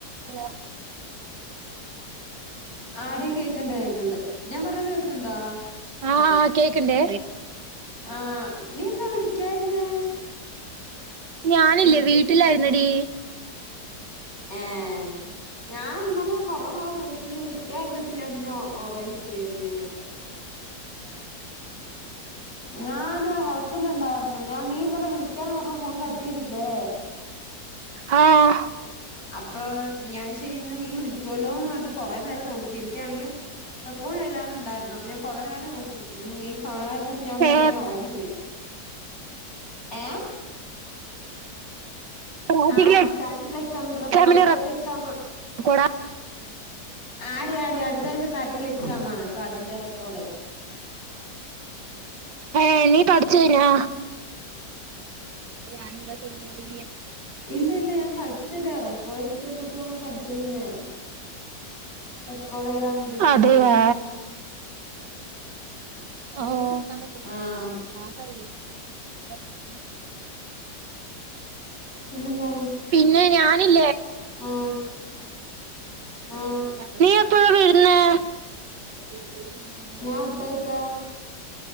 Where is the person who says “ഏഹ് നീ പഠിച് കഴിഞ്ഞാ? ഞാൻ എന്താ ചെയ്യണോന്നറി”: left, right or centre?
Right